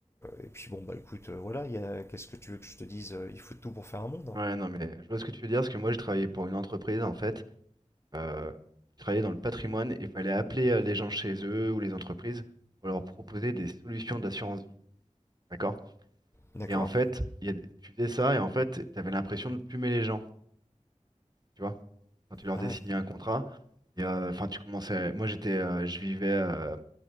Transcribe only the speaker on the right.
Ouais, non, mais je vois ce que tu veux dire, parce que moi, je travaillais pour une entreprise, en fait. Euh, je travaillais dans le patrimoine et il fallait appeler euh, les gens chez eux ou les entreprises pour leur proposer des solutions d'assurance vie. D'accord?
Et en fait, il y a- tu faisais ça et en fait, tu avais l'impression de plumer les gens, tu vois, quand tu leur
faisais
signer un contrat. Et euh, enfin, tu commençais. Moi, j'étais, euh, je vivais euh,